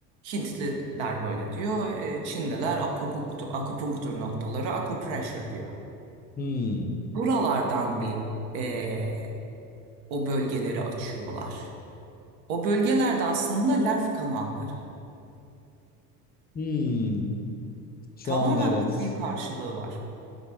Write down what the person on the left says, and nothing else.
Hmm.
Hmm. Şu
anda evet.